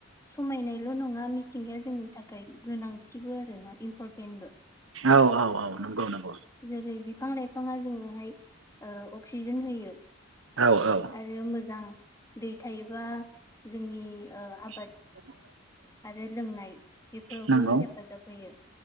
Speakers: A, on the left (about 15°); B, on the right (about 85°).
A: समायनायल' नङा मिथिंगाया जोंनि थाखाय गोनांथिबो आरो ना इम्परटेन्टबो
B: औ औ औ नंगौ नंगौ।
A: जेरै बिफां लाइफाङा जोंनोहाय अक्सिजेन होयो।
B: औ औ
A: आरो मोजां दै थायोबा जोंनि ओ आबाद
B: <inaudible>
A: आरो लोंनाय बेफोरावबो
B: नंगौ
A: हेफाजाब होयो